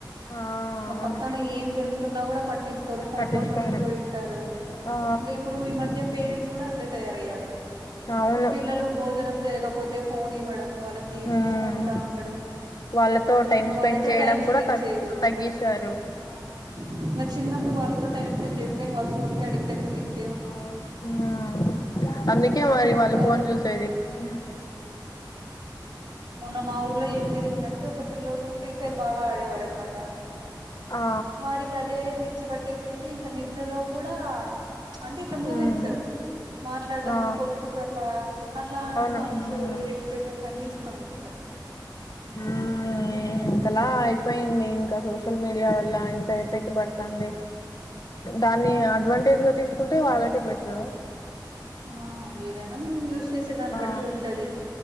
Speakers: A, on the left; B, on the right.
A: ఆ
B: ఇంకా
A: అవును
B: పక్కన ఏం జరుగుతు తున్నా కూడా పట్ట ట్టించుకోరు ఫోన్
A: పట్టించుకోరు
B: లో మునిగిపోయింటారు
A: ఆ
B: ఇంకా ఇప్పుడు ఈ మధ్య పేరెంట్స్ కూడా అట్లే తయారయ్యారు
A: అవును
B: పిల్లలు భోజనం చేయకపోతే ఫోన్ ఇవ్వడం వాళ్ళకి
A: మ్మ్
B: చూసుకుంటా ఉండడం
A: వాళ్ళతో టైం
B: ఇంగా
A: స్పెండ్
B: వాళ్ల తో
A: చేయడం
B: టైమ్ స్పెండ్
A: కూడా తగ్గు
B: చేయడం
A: తగ్గించారు
B: ఆ ఇంగా చిన్నపు ఇప్పు వాళ్ళతో టైమ్ స్పెడ్ చేయ కుంటే ఇంగా వాళ్ళు ఫోన్ కే అడిక్ట్ అయిపోతే ఇంక్
A: అవును ఆ అందుకే మరి వాళ్ళు
B: ఇంకా
A: ఫోన్ చూసేది ఆ
B: మొన్న మా ఊర్లో ఏం జరిగిందంటే ఒక పిల్ల్లోడు ఫ్రీ ఫైర్ బాగా ఆడేవాడు అనమాట
A: ఆ
B: వాడికి అదే పిచ్చి పట్టేసేసి ఇంకా నిద్రలో కూడా అంటే ఇట్లా మూవెన్స్
A: మ్మ్
B: మాట్లాడము
A: ఆ
B: కొట్టుకుంటు అట్లా అట్లాంటి
A: అవును
B: సౌండ్స్
A: మ్మ్
B: ఎక్స్ప్రెషన్స్ అన్నిీ ఇస్తూంటాడు
A: హు ఇంతలా అయిపోయింది ఇంకా సోషల్ మీడియా వల్ల ఇంత ఎఫెక్ట్ పడుతది దాన్ని అడ్వాంటేజ్ గా తీ ంటే వాళ్ళకే బెట్టరు
B: ఆ ఏదైనా మనం యూస్ చేసే దాన్ని
A: ఆ
B: బట్టి ఉంటది
A: ఉమ్